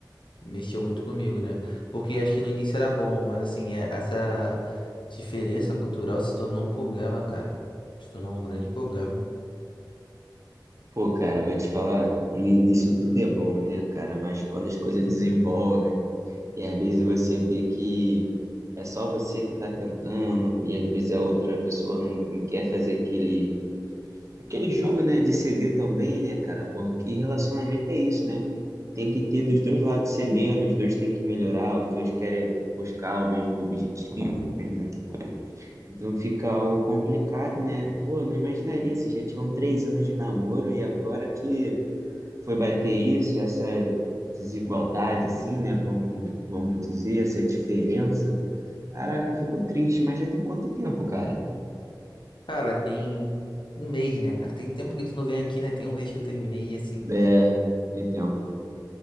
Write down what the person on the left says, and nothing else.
mexeu muito comigo, né? Porque acho que no início era bom, mas assim, é- essa diferença cultural se tornou um problema, cara. Se tornou um grande problema.
Cara, tem um mês, né, cara? Tem tempo que tu não vem aqui, né? Tem um mês que eu terminei e assim,